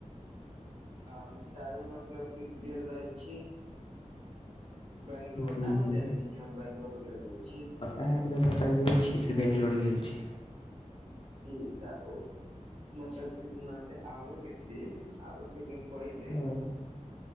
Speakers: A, on the right; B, on the left.
A: ह चारू मतलब फिट गेल रहै छी बंगलोर
B: जी
A: ने
B: जी
A: बतेले छी कि हम बैंगलोर गेल रहे छी
B: इह एकदम पहिले भी छी से बैंगलोर गेल छी
A: जी तऽ ओ मतलब क वहाँ से आबे के दिन आबे के दिन पहिले
B: हँ